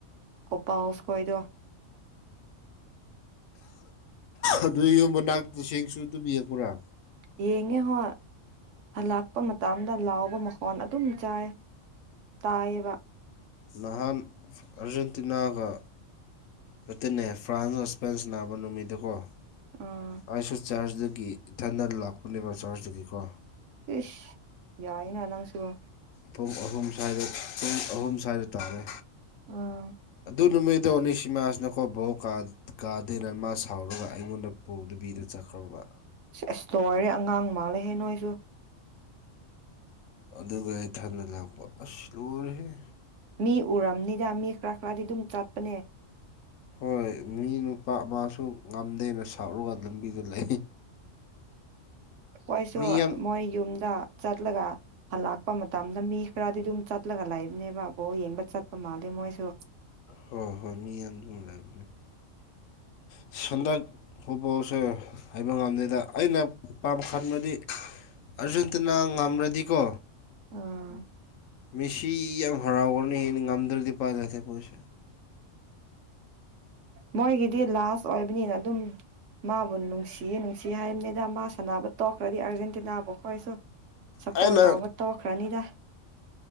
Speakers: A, on the right; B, on the left.
A: ꯀꯣꯄꯥꯎꯁ ꯈꯣꯏꯗꯣ
B: ꯑꯗꯨ ꯌꯨꯝ ꯃꯅꯥꯛꯇ ꯇꯁꯦꯡꯁꯨ ꯑꯗꯨꯝ ꯌꯦꯡꯕꯔ
A: ꯌꯦꯡꯉꯦ ꯍꯣꯏ ꯍꯜꯂꯥꯛꯄ ꯃꯇꯝ ꯗ ꯂꯥꯎꯕ ꯃꯈꯣꯟ ꯑꯗꯨꯝ ꯆꯥꯏ ꯇꯥꯏꯌꯦꯕ
B: ꯅꯍꯥꯟ ꯑꯥꯔꯖꯦꯟꯇꯤꯅꯥꯒ ꯑꯗꯨꯇꯟꯅꯦ ꯐ꯭ꯔꯥꯟꯁ ꯑꯣ ꯏꯁꯄꯦꯟꯁ ꯅꯥꯕ ꯅꯨꯃꯤꯠꯗꯀꯣ
A: ꯑꯥ
B: ꯑꯩꯁꯨ ꯆꯔꯆꯇꯒꯤ ꯏꯊꯗ ꯂꯥꯛꯄꯅꯦꯕ ꯆꯥꯔꯖꯇꯨꯒꯤꯀꯣ
A: ꯏ ꯌꯥꯏꯅ ꯂꯪꯁꯨꯕ
B: ꯄꯨꯡ ꯑꯍꯨꯝ ꯁ꯭ꯋꯥꯏꯗ ꯄꯨꯡ ꯑꯍꯨꯝ ꯁ꯭ꯋꯥꯏꯗ ꯇꯥꯔꯦ
A: ꯎꯝ
B: ꯑꯗꯨꯃꯤꯗꯅꯤ ꯁꯤꯃꯥꯁꯤꯅꯀꯣ ꯕꯧ ꯒꯥꯔꯗꯦꯟꯅ ꯃꯥ ꯁꯥꯎꯔꯒ ꯑꯩꯉꯣꯟꯗ ꯄꯨꯗꯕꯤꯗ ꯆꯠꯈ꯭ꯔꯨꯕ
A: ꯑꯁꯇ ꯑꯣꯏꯔꯦ ꯑꯉꯥꯡ ꯃꯥꯜꯂꯦꯍꯦ ꯅꯣꯏꯁꯨ
B: ꯑꯗꯨꯒ ꯏꯇꯟꯗ ꯂꯥꯛꯄ ꯑꯁ ꯂꯣꯏꯔꯦꯍꯦ
A: ꯃꯤ ꯎꯔꯝꯅꯤꯗ ꯃꯤ ꯈꯔ ꯈꯔꯗꯤ ꯑꯗꯨꯝ ꯆꯠꯄꯅꯦ
B: ꯍꯣꯏ ꯃꯤ ꯅꯨꯄꯥ ꯑꯃꯁꯨ ꯉꯝꯗꯦꯅ ꯁꯥꯎꯔꯒ ꯂꯝꯕꯤꯗꯨ ꯂꯩ
A: ꯑꯈꯣꯏꯁꯨ
B: ꯃꯤ ꯌꯥꯝ
A: ꯃꯣꯏ ꯌꯨꯝꯗ ꯆꯠꯂꯒ ꯍꯜꯂꯛꯄ ꯃꯇꯝꯗ ꯃꯤ ꯈꯔꯗꯤ ꯑꯗꯨꯝ ꯆꯠꯂꯒ ꯂꯩꯏꯕꯅꯦꯕ ꯕꯣꯜ ꯌꯦꯡꯕ ꯆꯠꯄ ꯃꯥꯜꯂꯦ ꯃꯣꯏꯁꯨ
B: ꯍꯣꯏ ꯍꯣꯏ ꯍꯣꯏ ꯃꯤ ꯌꯥꯝꯗꯨꯅ ꯂꯩꯕꯅꯦ
A: <inaudible>
B: ꯁꯟꯗꯥꯛ ꯐꯨꯠꯕꯣꯜꯁꯦ ꯍꯩꯕ ꯉꯝꯗꯦꯗ ꯑꯩꯅ ꯄꯥꯝ ꯈꯟꯕꯗꯤ ꯑꯥꯔꯖꯦꯟꯇꯅꯥ ꯉꯝꯔꯗꯤꯀꯣ
A: ꯎꯝ
B: ꯃꯦꯁꯤ ꯌꯥꯝ ꯍꯔꯥꯎꯒꯅꯤꯩꯅ ꯉꯝꯗ꯭ꯔꯗꯤ ꯄꯥꯏꯔꯁꯦ ꯄꯣꯏꯁꯦ
A: ꯃꯣꯏꯒꯤꯗꯤ ꯂꯥꯁ ꯑꯣꯏꯕꯅꯤꯅ ꯑꯗꯨꯝ ꯃꯥꯕꯨ ꯅꯨꯡꯁꯤꯌꯦ ꯅꯨꯡ ꯁꯤ ꯍꯥꯏꯕꯅꯤꯗ ꯃꯥ ꯁꯥꯟꯅꯕ ꯇꯣꯛꯈ꯭ꯔꯗꯤ ꯑꯥꯔꯖꯦꯟꯇꯤꯅꯥꯕꯨ ꯑꯩꯣꯏꯁꯨ ꯁꯞꯄꯣꯔꯠ
B: ꯑꯩꯅ
A: ꯇꯧꯕ ꯇꯧꯈ꯭ꯔꯅꯤꯗ